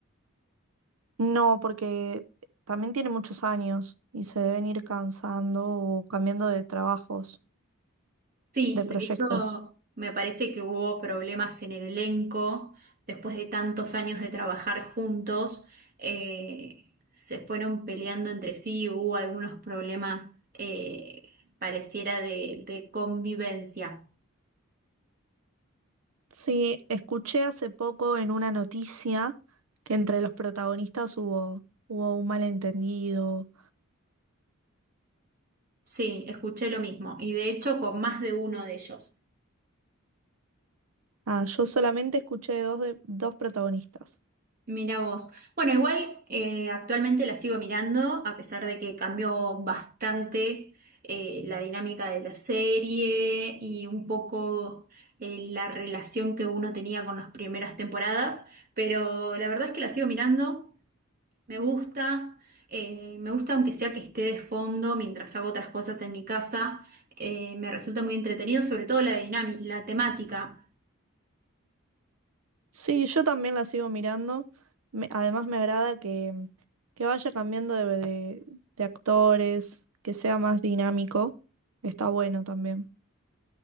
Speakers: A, on the right; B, on the right.
A: No, porque también tiene muchos años y se deben ir cansando o cambiando de trabajos,
B: Sí,
A: de proyectos.
B: de hecho, me parece que hubo problemas en el elenco. Después de tantos años de trabajar juntos, eh, se fueron peleando entre sí, hubo algunos problemas, eh, pareciera de, de convivencia.
A: Sí, escuché hace poco en una noticia que entre los protagonistas hubo, hubo un malentendido.
B: Sí, escuché lo mismo. Y de hecho, con más de uno de ellos.
A: Ah, yo solamente escuché dos de, dos protagonistas.
B: Mira vos. Bueno, igual eh, actualmente la sigo mirando, a pesar de que cambió bastante eh, la dinámica de la serie y un poco eh, la relación que uno tenía con las primeras temporadas, pero la verdad es que la sigo mirando, me gusta, eh, me gusta aunque sea que esté de fondo mientras hago otras cosas en mi casa, eh, me resulta muy entretenido, sobre todo la dinami- la temática.
A: Sí, yo también la sigo mirando. Me- además me agrada que, que vaya cambiando de, de- de actores, que sea más dinámico. Está bueno también.